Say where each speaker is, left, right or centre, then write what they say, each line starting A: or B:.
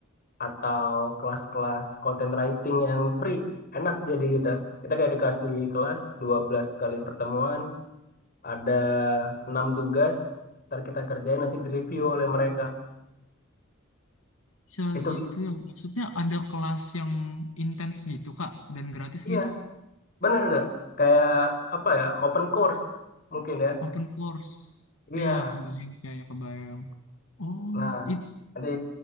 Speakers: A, on the left (about 45°); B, on the left (about 85°).
A: atau kelas-kelas content writing yang free. Enak jadi kita. Kita kayak dikasih kelas 12 kali pertemuan, ada 6 tugas, ntar kita kerjain nanti direview oleh mereka.
B: Bisa
A: Itu
B: gitu
A: bi-
B: ya. Maksudnya ada kelas yang intens gitu, Kak, dan gratis
A: iya,
B: gitu?
A: benar nggak Kayak apa ya, open course mungkin ya.
B: Open course.
A: Iya,
B: Iya, kebayang kayaknya kebayang. Oh,
A: Nah,
B: itu
A: nanti